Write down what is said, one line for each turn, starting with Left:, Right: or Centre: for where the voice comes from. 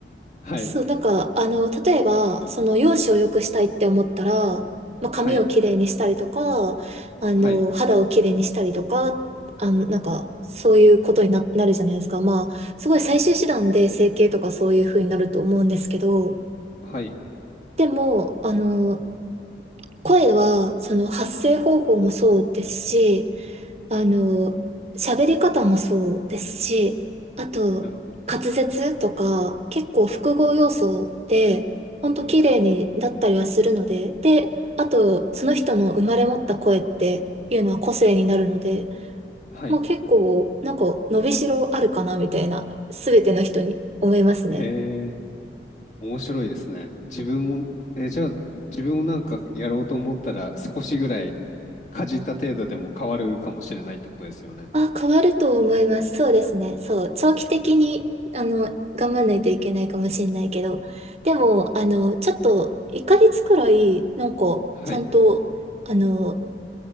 Left: はい。
Right: そう、なんか、あの、例えば、その、容姿を良くしたいって思ったら、まあ、髪をきれいにしたりとか、
Left: はい。
Right: あの、
Left: はい。
Right: 肌をきれいにしたりとか、あの、なんか、そういうことにな、なるじゃないですか。まあ、すごい最終手段で整形とかそういう風になると思うんですけど、
Left: はい。
Right: でも、あの、声は、その、発声方法もそうですし、あの、喋り方もそうですし、あと、
Left: なるほど。
Right: 滑舌とか、結構複合要素で、ほんと綺麗になったりはするので、
Left: うんうん。
Right: で、あと、その人の生まれ持った声っていうのは個性になるので、
Left: はい。
Right: もう結構、なんか、伸びしろあるかな、みたいな、すべての人に思いますね。
Left: へえ、面白いですね。自分も、え、じゃあ、自分もなんかやろうと思ったら、少しぐらいかじった程度でも変わるかもしれないってことですよね。
Right: あ、変わると思います。そうですね。そう。長期的に、あの、頑張らないといけないかもしれないけど。でも、あの、ちょっと、1ヶ月くらい、なんか、
Left: はい。
Right: ちゃんと、あの、